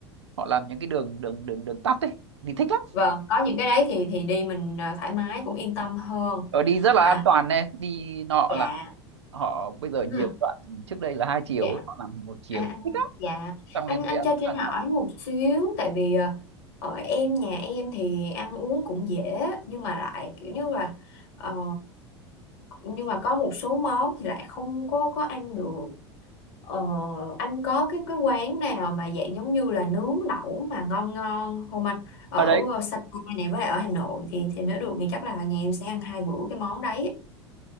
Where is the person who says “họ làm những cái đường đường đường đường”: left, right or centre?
Right